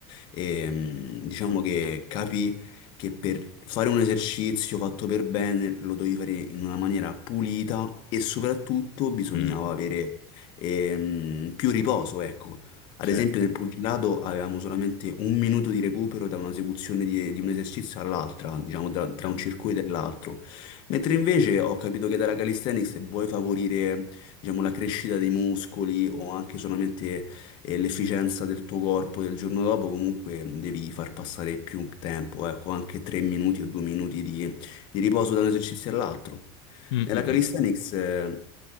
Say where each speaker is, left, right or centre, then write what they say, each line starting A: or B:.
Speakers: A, on the left; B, on the left.
A: ehm, diciamo che capì che per fare un esercizio fatto per bene lo dovevi fare in una maniera pulita e soprattutto bisognava
B: mh,
A: avere ehm, più riposo, ecco. Ad
B: sì,
A: esempio nel pugilato avevamo solamente un minuto di recupero da un'esecuzione di, di un esercizio all'altra, diciamo tra, tra
B: sì.
A: un circuito e l'altro. Mentre invece ho capito che dalla calisthenics se vuoi favorire, diciamo, la crescita dei muscoli o anche solamente e l'efficienza del tuo corpo del giorno dopo, comunque devi far passare più tempo, ecco, anche 3 minuti o 2 minuti di, di riposo da un esercizio all'altro.
B: Mh,
A: Nella
B: mh,
A: calisthenics
B: mh.
A: eh,